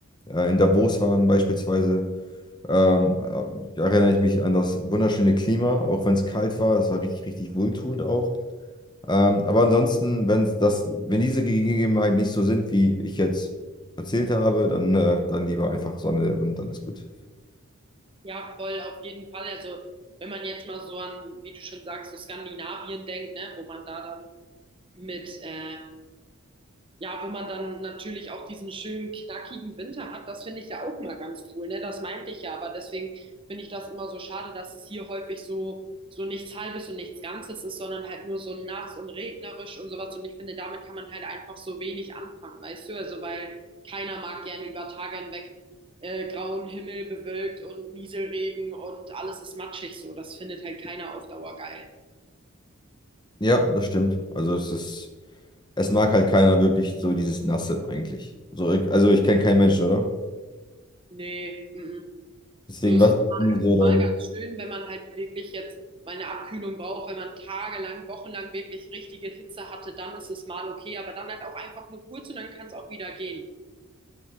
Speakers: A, on the left; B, on the right.
A: äh, in Davos waren beispielsweise. Ähm, äh, erinnere ich mich an das wunderschöne Klima, auch wenn es kalt war, das war richtig, richtig wohltuend auch. Ähm, aber ansonsten, wenn das, wenn diese Gegebenheiten nicht so sind, wie ich jetzt erzählt habe, dann, äh, dann lieber einfach Sonne und dann ist gut.
B: Ja, voll, auf jeden Fall. Also, wenn man jetzt mal so an, wie du schon sagst, so Skandinavien denkt, ne, wo man da dann mit äh, Ja, wo man dann natürlich auch diesen schönen, knackigen Winter hat, das finde ich ja auch mal ganz cool, ne? Das meinte ich ja, aber deswegen finde ich das immer so schade, dass es hier häufig so, so nichts Halbes und nichts Ganzes ist, sondern halt nur so nass und regnerisch und sowas. Und ich finde, damit kann man halt einfach so wenig anfangen, weißt du? Also, weil keiner mag gerne über Tage hinweg äh, grauen Himmel, bewölkt und Nieselregen und alles ist matschig so. Das findet halt keiner auf Dauer geil.
A: Ja, das stimmt. Also es ist, es mag halt keiner wirklich so dieses Nasse eigentlich. So, also ich kenne keinen Menschen, oder?
B: Nee, mm, mm.
A: Deswegen
B: So, es
A: was?
B: ist mal,
A: denn So dann,
B: mal ganz schön, wenn man halt wirklich jetzt mal eine Abkühlung braucht, wenn man tagelang, wochenlang wirklich richtige Hitze hatte, dann ist es mal okay, aber dann halt auch einfach nur kurz und dann kann es auch wieder gehen.